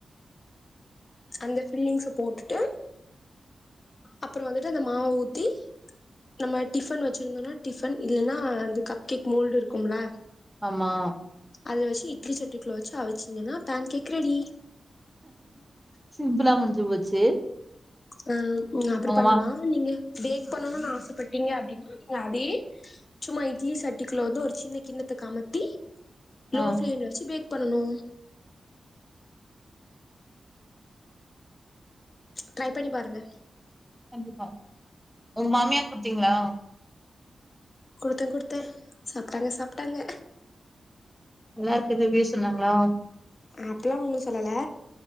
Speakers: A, on the left; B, in the centre.
A: அந்த ஃபில்லிங்ஸ போட்டுட்டு அப்புறோ வந்துட்டு அந்த மாவ ஊத்தி நம்ம டிஃபன் வச்சிருந்தோன்னா டிஃபன் இல்லன்னா அதுக்க கிக் மோல்டு இருக்கும்ல
B: ஆமா
A: அதுல வச்சு இட்லி சட்டி க்குள்ள வச்சு அவிச்சீங்கன்னா பேன் கேக் ரெடி
B: சிம்பிளா முடிஞ்சு போச்சு
A: ஆ நீங்க அப்படி
B: உங்கமா
A: பண்ணலா நீங்க பேக் பண்ணணுன்னு ஆசப்பட் டீங்க அப்டின்னா நீங்க அதே சும்மா இட்லி சட்டிக்குள்ள வந்து ஒரு சின்ன கிண்ணத்த கமத்தி
B: ஆ
A: லோ ஃப்ளேம்ல வெச்சு பேக் பண்ணணு ட்ரை பண்ணி பாருங்க
B: கண்டிப்பா உங்க மாமியார்க்கு குடுத்தீங்களா
A: குடுத்தே குடுத்தே சாப்ட்டாங்க சாப்ட்டாங்க
B: நல்லா இருக்குது ரிவ்யூ சொன்னாங்களா
A: அப்பல்லா ஒன்னு சொல்லல